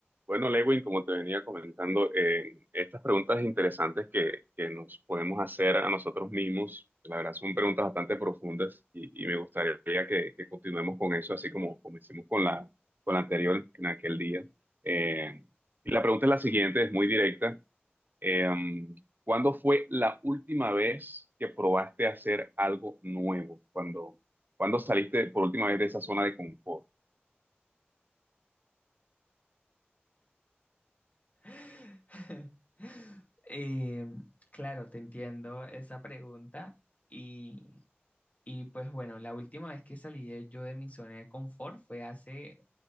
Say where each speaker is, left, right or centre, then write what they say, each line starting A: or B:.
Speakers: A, on the right; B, on the left.
A: Bueno, Lewin, como te venía comentando, eh, estas preguntas interesantes que, que nos podemos hacer a nosotros mismos, la verdad son preguntas bastante profundas y, y me gustaría que, que continuemos con eso, así como, como hicimos con la, con la anterior en aquel día. Eh, y la pregunta es la siguiente, es muy directa. Eh, ¿cuándo fue la última vez que probaste hacer algo nuevo? ¿Cuándo, cuándo saliste por última vez de esa zona de confort?
B: <laughs> Eh, claro, te entiendo esa pregunta. Y, y, pues bueno, la última vez que salí de- yo de mi zona de confort fue hace